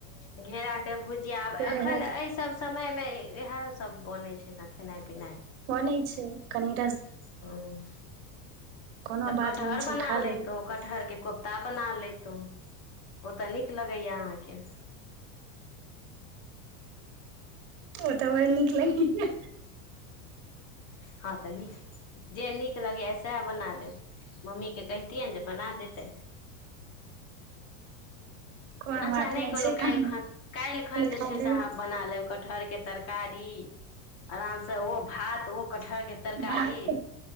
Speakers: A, on the left; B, on the right.
A: घेरा के भुजियाब अखन
B: रहए
A: एहि सब समय मे इएह सब बनय छै ने खेनाइ पिनाइ
B: ओना छै कनी
A: हँ
B: कोनो
A: तऽ
B: बात
A: कटहर
B: नहि छै
A: बना
B: खा
A: लेैतहुँ
B: लेब
A: कटहरके कोफ्ता बना लैतहुँ ओ तऽ नीक लगैया अहाँके
B: ओ तऽ बड़ नीक लगे
A: हँ तऽ नीक जे नीक लगैए सएह बना लेब मम्मीकेँ कहितियैनि जे बना देतैथ
B: कोनो
A: अच्छा
B: बात
A: नहि कोहु
B: छै
A: काल्हि
B: तहन
A: खन काल्हि खन जे
B: खा
A: छै
B: लेब
A: से अहाँ बना लेब कटहर के तरकारी आराम से ओ भात ओ कटहर के तरकारी
B: भात